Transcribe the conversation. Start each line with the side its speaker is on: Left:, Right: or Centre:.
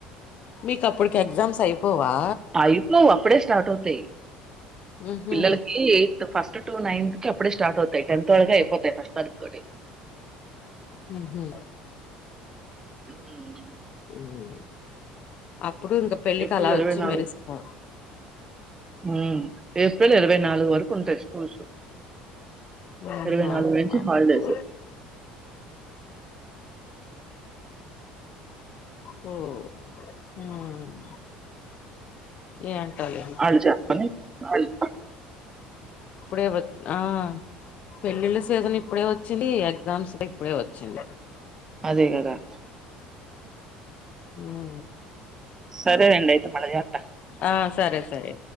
Left: మీకు అప్పటికి ఎగ్జామ్స్ అయిపోవా
Right: ఆ ఇట్లో అప్పుడే స్టార్ట్ అవుతాయి
Left: ఉహు
Right: పిల్లలకి ఎయిట్త్ ఫిస్ట్ టు నైన్త్ కి అప్పుడే స్టార్ట్ అవుతాయి టెన్త్లోకే అయిపోతాయి ఫస్ట్ తారీక్ తోటి
Left: ఉహు
Right: ఉమ్ ఉ
Left: ఉమ్ అప్పుడు ఇంక పెళ్ళి
Right: ఏప్రిల్
Left: కల
Right: ఇరవై
Left: వచ్చి
Right: నాలుగు
Left: మెరుస్తా
Right: ఉమ్ ఏప్రిల్ ఇరవై నాలుగు వరకు ఉంటాయి స్కూల్స్
Left: ఉహు
Right: ఇరవై నాలుగు నుంచి
Left: అబ్బో.
Right: హాలిడేస్
Left: హామ్ ఉమ్. ఏంటో లే.
Right: వాళ్ళు చెప్పని వాళ్ళు
Left: ఇప్పుడే వద్ ఆ. పెళ్ళిళ్ళ సేజన్ ఇప్పుడే వచ్చింది ఎగ్జామ్స్ ఇప్పుడే వచ్చింది.
Right: దిగదట.
Left: ఉమ్
Right: సరే అండి అయితే మల్ల చేత.
Left: ఆ సరే సరే.